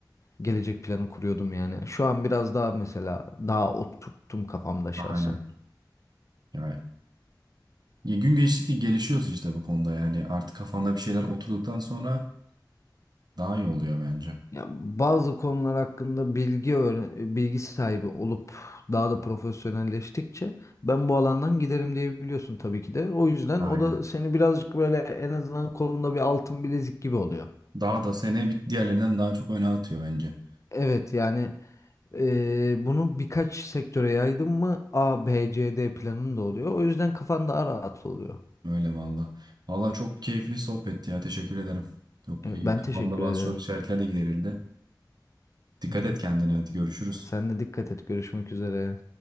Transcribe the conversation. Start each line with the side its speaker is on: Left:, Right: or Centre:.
Left: gelecek planı kuruyordum yani. Şu an biraz daha mesela daha oturttum kafamda şahsen.
Right: Aynen. Yani gün geçtikçe gelişiyorsun işte bu konuda yani artık kafanda bir şeyler oturduktan sonra daha iyi oluyor bence.
Left: Ya bazı konular hakkında bilgi öğren bilgi sahibi olup daha da profesyonelleştikçe ben bu alandan giderim diye biliyorsun tabii ki de. O yüzden
Right: Aynen.
Left: o da seni birazcık böyle en azından kolunda bir altın bilezik gibi oluyor.
Right: Daha da seni bir diğerlerinden daha çok öne atıyor bence.
Left: Evet yani eee bunu birkaç sektöre yaydın mı A, B, C, D planın da oluyor. O yüzden kafan daha rahat oluyor.
Right: Öyle valla. Valla çok keyifli sohbetti ya teşekkür ederim. Çok
Left: Evet,
Right: iyi
Left: ben
Right: kafamda
Left: teşekkür
Right: bazı
Left: ederim.
Right: soru işaretleri de giderildi. Dikkat
Left: Hı hı.
Right: et kendine hadi görüşürüz.
Left: Sen de dikkat et. Görüşmek üzere.